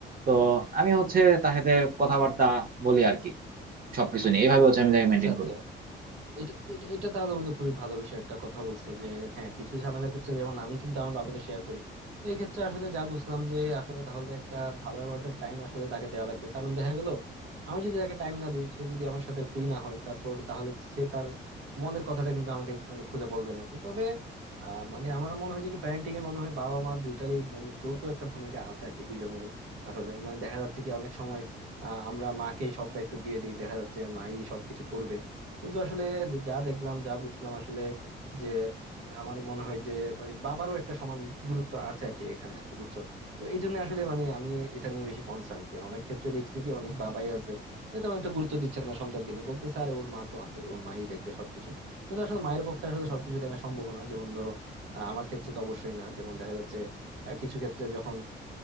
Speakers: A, on the right (about 45°); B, on the right (about 85°).
A: তো আমি হচ্ছে তার সাথে কথাবার্তা বলি আর কি সবকিছু নিয়ে এইভাবে হচ্ছে আমি তাকে
B: আচ্ছা
A: মেনটেন
B: আচ্ছা
A: করি
B: এটা এটা এটা তাহলে বন্ধু খুবই ভালো বিষয় একটা কথা বলছো যে হ্যাঁ কিছু ঝামেলার ক্ষেত্রে যেমন আমি কিন্তু আমার বাবাকে শেয়ার করি তো এই ক্ষেত্রে আসলে যা বুঝলাম যে আসলে তাহলে একটা ভালো অ্যামাউন্টের টাইম আসলে তাকে দেওয়া লাগবে কারণ দেখা গেল আমি যদি তাকে টাইম না দিই সে যদি আমার সাথে ফ্রি না হয় তারপর তাহলে সে তার মনের কথাটা কিন্তু আমাকে মানে খুলে বলবে না আর কি তবে আহ মানে আমার মনে হয় যে কি প্যারেন্টিং এ মনে হয় বাবা মা দুইটারই মানে যৌথ একটা ভূমিকা আছে আর কি দুইজনেরই আসলে মানে দেখা যাচ্ছে কি অনেক সময় আহ আমরা মাকেই সব দায়িত্ব দিয়ে দিই দেখা যাচ্ছে মাই সবকিছু করবে কিন্তু আসলে যা দেখলাম যা বুঝলাম আসলে যে আমার মনে হয় যে মানে বাবারও একটা সমান গুরুত্ব আছে আর কি এখানে আর কি বুঝছো তো এই জন্য আসলে মানে আমি এটা নিয়ে বেশি কনসার্ন যে অনেক ক্ষেত্রে দেখছি কি অনেক বাবাই আছে যে তেমন একটা গুরুত্ব দিচ্ছে না সন্তানকে নিয়ে বলতে স্যার ওর মা তো আছে ওর মাই দেখবে সবকিছু কিন্তু আসলে মায়ের পক্ষে আসলে সবকিছু দেখা সম্ভব না যেমন ধরো আহ, আমার ক্ষেত্রে তো অবশ্যই না যেমন দেখা যাচ্ছে আহ, কিছু ক্ষেত্রে যখন